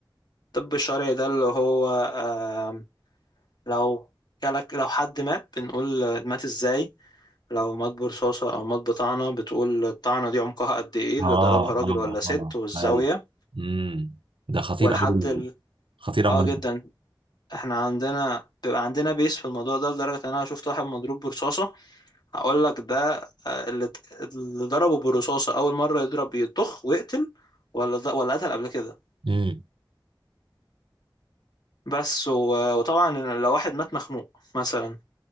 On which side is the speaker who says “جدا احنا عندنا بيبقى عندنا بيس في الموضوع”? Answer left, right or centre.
Left